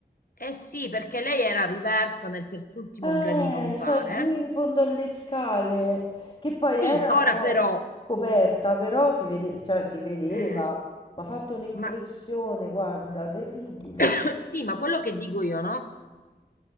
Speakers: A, on the left; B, on the left.
A: eh sì, perché lei era riversa nel terzultimo
B: Eh,
A: gradino, mi pare.
B: cioè giù in fondo alle scale, che poi era
A: Sì, ora
B: un po'
A: però,
B: coperta, però si vede, cioè, si vedeva,
A: eh,
B: mi ha fatto un'impressione,
A: ma
B: guarda, terribile.
A: <coughs> sì, ma quello che dico io, no?